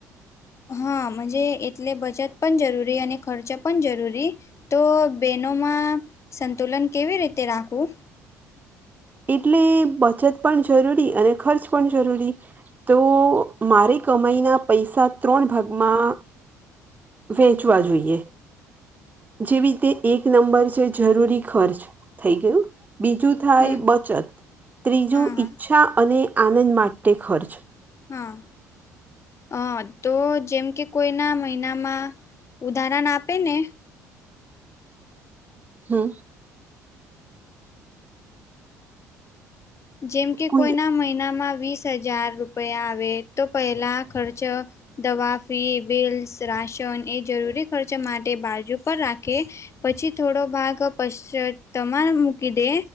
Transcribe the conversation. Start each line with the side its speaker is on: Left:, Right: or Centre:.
Left: હાજ એટલે બચત પણ જરૂરી અને ખર્ચ પણ જરૂરી, તો બેન માં, સંતુલન કેવી રીતે રાખવું?
Right: એટલે બચત પણ જરૂરી અને ખર્ચ પણ જરૂરી. તો મારે કમાઈના પૈસા ત્રણ ભાગમાં વેચવા જોઈએ. જેવી રીતે એક નંબર છે જરૂરી ખર્ચ થઈ ગયું, બીજું થાય.
Left: હમ
Right: બચત ત્રીજું
Left: હા હા
Right: ઈચ્છા અને આનંદ માટે ખર્ચ.
Left: હા. અ તો જેમ કે કોઈના મહિનામાં, ઉદાહરણ આપે ને.
Right: હમ.
Left: જેમકે
Right: કોઈ
Left: કોઈના મહિનામાં વીસ હજાર રૂપિયા આવે તો પહેલા ખર્ચ. દવા ફી બીલસ રાશન એ જરૂરી ખર્ચ માટે બાજુ પર રાખે. પછી થોડો ભાગ પચ તમાર મૂકી દે,